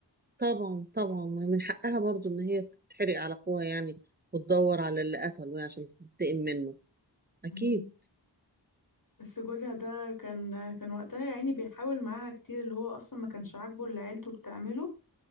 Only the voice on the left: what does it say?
مم. بس جوزها ده كان كان وقتها يا عيني بيحاول معاها كتير اللي هو اصلا ما كانش عاجبه اللي عيلته بتعمله